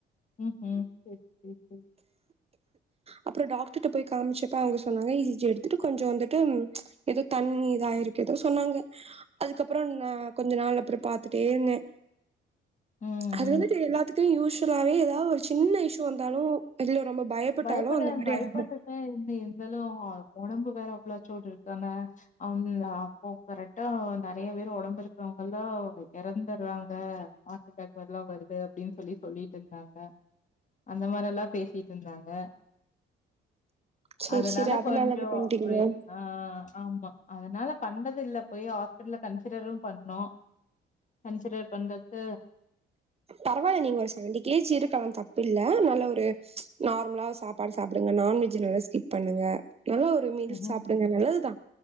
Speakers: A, on the left; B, on the right.
A: ம்ஹ்ம். சரி, சரி, சரி.
B: அப்பறோ டாக்டர்ட்ட போய் காம்ச்சப்ப அவுங்க சொன்னாங்க இ சி ஜி எடுத்துட்டு கொஞ்சோ வந்துட்டு எதோ தண்ணீ இதாயிருக்கு எதோ சொன்னாங்க அதுக்கப்பறோ நா கொஞ்ச நாள் அப்பறோ பாத்துட்டே இருந்தே
A: ம்.
B: அது
A: ம்.
B: வந்துட்டு எல்லாத்துக்கு யூஸ்வலாவே எ எதா ஒரு சின்ன இஸ்ஸு வந்தாலு வெளில ரொம்ப பயப்பட்டாலு
A: பயப்பட
B: அந்த மாரி
A: பயப்பட்டுடா
B: ஆகு
A: எப்டி இருந்தாலு ஒடம்பு அவ்ளா சோடு இருக்கான <inaudible> அப்போ கரெட்டா நெறைய பேரு ஒடம்பு இருக்கறவங்கெல்லா எறந்தர்றாங்க ஹாட் அட்டேக் எல்லா வருது அப்டின் சொல்லி சொல்லீட்ருந்தாங்க அந்த மாரியெல்லா பேசீட் ருந்தாங்க
B: சேரி
A: அதனால
B: சேரி
A: கொஞ்சோ
B: பண்றீங்களோ
A: அப்டி ஆ ஆமா அதனால பண்ணதுல்ல போய் ஹாஸ்பிட்டல்ல கன்சிடரு பண்ணோ கன்சிடர் பண்றது
B: பரவால்ல நீங்க ஒரு செவன்டி கே ஜி இருக்கலா தப்பு இல்ல நல்ல ஒரு நார் மலா சாப்பாடு சாப்புடுங்க நான்வெஜ் நல்லா கிப் பண்ணுங்க நல்லா ஒரு மீல்ஸ்
A: ம்ஹ்ம்.
B: சாப்புடுங்க நல்லதுதா